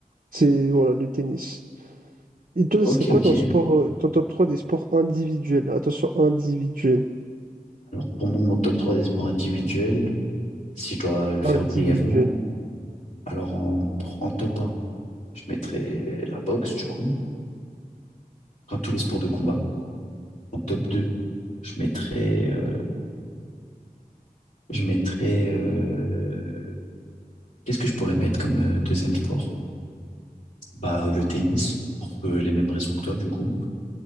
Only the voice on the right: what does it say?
C'est voilà, le tennis. Et toi,
ce serait quoi
ton sport, euh, ton top 3 des sports individuels? Attention, individuels.
Individuels.